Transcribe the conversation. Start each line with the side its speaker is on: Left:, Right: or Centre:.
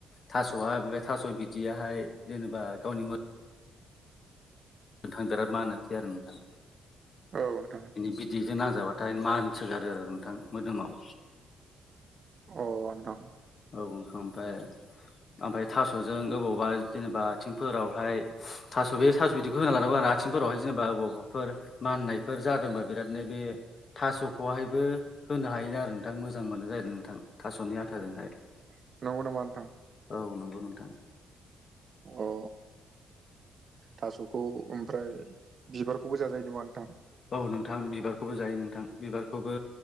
Left: थास'आ बे थास' बिदियाहाय जेनेबा गावनि मो नोंथां बिराद मानो बिदि आरो नोंथां।
Right: औ नोंथां।
Left: बिनि बिदैजों नांजाबाथाय मान सोगारो आरो नोंथां मोदोमाव।
Right: अ आनथां।
Left: औ ओंख ओमफाय आमफाय थास'जों अबावबा जेनेबा आथिंफोरावहाय थास' बे थास' बिदिखौ होना लाानांगौ आरोना। आथिंफोरावहाय जेनेबाबाबाफोर माननायफोर जादोंबा बिरादनो बे थास'खौहायबो होनो हायोन आरो नोंथां मोजां मोनो जाह नोंथां थास'नि आथाजोंहाय।
Right: अ नंगौ नमा नोंथां?
Left: औ नंगौ नोंथां।
Right: अ थास'खौ ओमफ्राय बिबारखौबो जाजायो नामा नोंथां?
Left: औ नोंथां बिबारखौबो जायो नोंथां बिबारखौबो